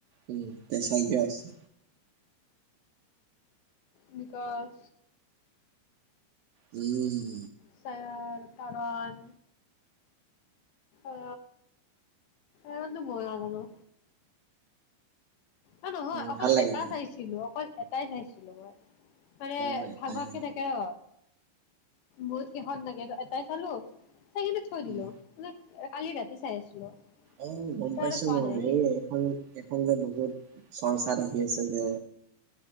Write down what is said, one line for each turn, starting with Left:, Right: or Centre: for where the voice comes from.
Right: উম, তেচাইকে আছে।
Left: কি কয়।
Right: উম।
Left: চায়াৰ, কাৰণ অ এৰন্দো গৈ অহা মানে। অ নহয়
Right: উম
Left: অকল
Right: ভাল লাগে
Left: এটা
Right: মানে
Left: চাইছিলো অকল এটাই চাইছিলো মই মানে
Right: অ এটাই
Left: ভাগ ভাগকে
Right: ন?
Left: থাকে ৰ বহুত কিহত লাগে এটাই চালো সেইখিনে থৈ
Right: উম
Left: দিলো মানে কালি ৰাতি চাই আছিলো
Right: অ গম
Left: তাৰ
Right: পাইছো
Left: আৰু চোৱা
Right: ন
Left: নাই সেই
Right: এই এইখন এইখন যে বহুত চৰ্চাত আহি আছে যে